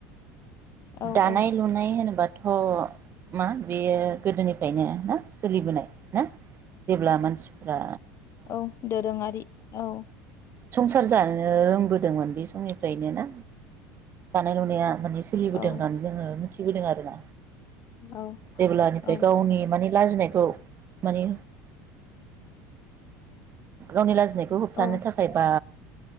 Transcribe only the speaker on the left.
औ
औ
औ दोरोङारि औ
औ
औ
औ
औ